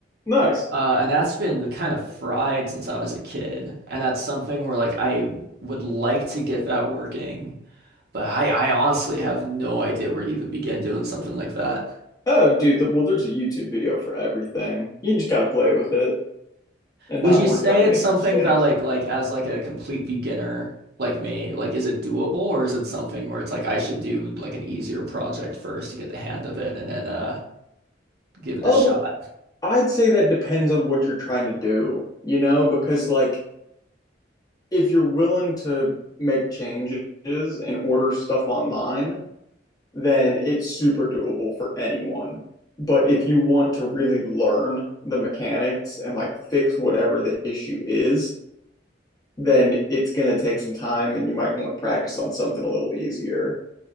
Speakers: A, on the left; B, on the right.
A: nice.
B: Uh and that's been kind of fried since I was a kid, and that's something where like I would like to get that working but I, I honestly have no idea where to even begin doing something like that.
A: Oh, dude, th well, there's a YouTube video for everything. You just gotta play with it and
B: Would
A: not
B: you
A: worry
B: say
A: about
B: it's
A: making
B: something
A: mistakes.
B: that like like as like a complete beginner like me, like is it doable or is it something where it's like I should do like an easier project first to get the hand of it and then uh give it
A: Um,
B: a shot?
A: I'd say that depends on what you're trying to do, you know, because like if you're willing to make changes and order stuff online, then it's super doable for anyone. But if you want to really learn the mechanics and like fix whatever the issue is, then it's going to take some time and you might want to practice on something a little easier